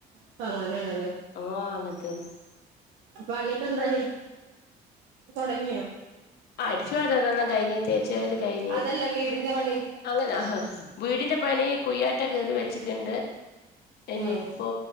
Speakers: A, on the right (about 85°); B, on the left (about 70°).
A: ഇപ്പങ്ങനേണ്ല്ലേ
B: ഓ അങ്ങൻതന്നെ
A: പണിയൊക്കെ എന്തായി തൊടങ്ങിയാ
B: അടിച്ചുവാരെലെല്ലാം കഴഞ് തേച്ച് വാരല് കൈഞ്
A: അതല്ല വീടിന്റെ പണി
B: അങ്ങനാ വീടിന്റെ പണി കുയ്യാറ്റാ ട്ട കീറി വെച്ചിട്ട്ണ്ട് ഇനിയിപ്പോ
A: ഉം